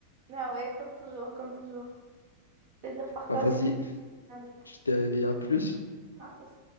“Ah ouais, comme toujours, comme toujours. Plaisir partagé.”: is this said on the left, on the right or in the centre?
Right